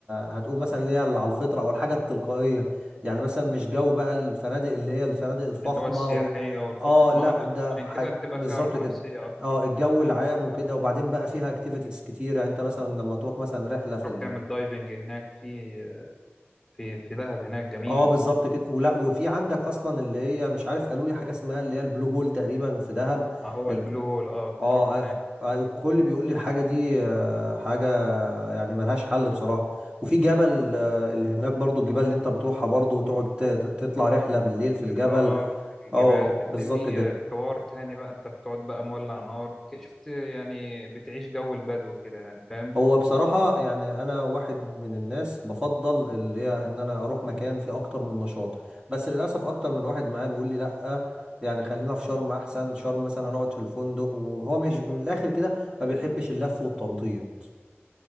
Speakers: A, on the right; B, in the centre.
A: هتقول مثلا اللي هي اللي على الفطرة او الحاجة التلقائية يعني مثلا مش جو بقى الفنادق اللي هي الفنادق الفخمة
B: اللي هو السياحية
A: و...
B: والفخمة
A: اه
B: ما
A: لا
B: هو ده
A: ده
B: عشان
A: حاجة
B: كده بتبقى
A: بالظبط
B: فيها راحة
A: كده
B: نفسية أكتر
A: اه
B: يعني
A: الجو العام وكده وبعدين بقى فيها اكتيفيتيز كتير يعني انت مثلا لما تروح مثلا رحله في
B: تروح تعمل دايفنج هناك في في في دهب هناك جميل
A: اه بالظبط كده ولا وفي عندك اصلا اللي هي مش عارف قالوا لي حاجه اسمها اللي هي البلو هول تقريبا في دهب
B: ما هو
A: ال-
B: البلو هول اه بتروح
A: اه
B: هناك
A: آه، آه، الكل بيقول لي الحاجه دي آه، حاجه يعني ملهاش حل بصراحه وفي جبل آه، اللي هناك برضو الجبال اللي انت بتروحها برضو وتقعد ت- ت- تطلع رحله بالليل في الجبل
B: تطلع اه الجبال
A: اه
B: بالليل
A: بالظبط
B: دي
A: كده
B: آه، حوار تاني بقى انت بتقعد بقى مولع نار ك- شفت يعني بتعيش جو البدو كده يعني فاهم
A: هو بصراحة يعني أنا واحد من الناس بفضل اللي هي إن أنا أروح مكان فيه أكتر من نشاط بس للأسف أكتر من واحد معايا بيقول لي لأ يعني خلينا في شرم أحسن شرم مثلا هنقعد في الفندق وهو مش من الآخر كده ما بيحبش اللف والتنطيط